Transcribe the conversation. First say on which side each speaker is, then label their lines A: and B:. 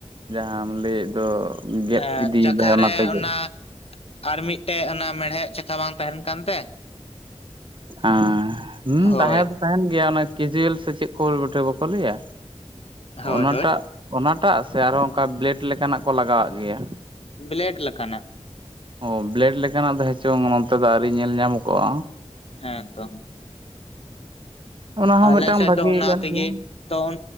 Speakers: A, on the right; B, on the left.
A: ᱡᱟᱦᱟᱸᱢ ᱞᱟᱹᱭᱮᱫ ᱫᱚ ᱜᱮᱫ
B: ᱮᱸ
A: ᱤᱫᱤᱭᱮᱫᱟᱭ
B: ᱪᱟᱠᱷᱟᱨᱮ
A: ᱛᱮᱜᱮ
B: ᱚᱱᱟ ᱟᱨ ᱢᱤᱫᱴᱮᱡ ᱚᱱᱟ ᱢᱮᱲᱦᱮᱫ ᱪᱟᱠᱷᱟ ᱵᱟᱝ ᱛᱟᱦᱮᱸᱱ ᱠᱟᱱ ᱛᱮ?
A: ᱟᱸ ᱦᱩᱸ
B: ᱦᱳᱭ
A: ᱛᱟᱸᱦᱮᱸ ᱫᱚ ᱛᱟᱦᱮᱱ ᱜᱮᱭᱟ ᱚᱱᱮ ᱠᱮᱡᱩᱭᱮᱞ ᱥᱮ ᱪᱮᱫ ᱠᱷᱚᱞ ᱵᱚᱴᱷᱮ ᱵᱟᱠᱚ ᱞᱟᱹᱭᱟ
B: ᱦᱳᱭ
A: ᱚᱱᱟᱴᱟᱜ
B: ᱦᱳᱭ
A: ᱚᱱᱟᱴᱟᱜ ᱥᱮ ᱟᱨᱦᱚᱸ ᱚᱝᱠᱟ ᱵᱞᱮᱰ ᱞᱮᱠᱟᱱᱟᱜ ᱠᱚ ᱞᱟᱜᱟᱣᱟᱜ ᱜᱮᱭᱟ?
B: ᱵᱞᱮᱰ ᱞᱮᱠᱟᱱᱟᱜ᱾
A: ᱚ ᱵᱞᱮᱰ ᱞᱮᱠᱟᱱᱟᱜ ᱫᱚ ᱦᱮᱪᱚᱝ ᱱᱚᱱᱛᱮ ᱫᱚ ᱟᱹᱣᱨᱤ ᱧᱮᱞ ᱧᱟᱢ ᱠᱚᱜᱼᱟ᱾
B: ᱦᱮᱸ ᱛᱚ᱾
A: ᱚᱱᱟ ᱦᱚᱸ
B: ᱟᱞᱮ
A: ᱢᱤᱫᱴᱟᱝ
B: ᱥᱮᱫ
A: ᱵᱷᱟᱜᱮ
B: ᱫᱚ ᱚᱱᱟ
A: ᱠᱟᱱ
B: ᱛᱮᱜᱤ
A: ᱜᱮᱭᱟ
B: ᱛᱚ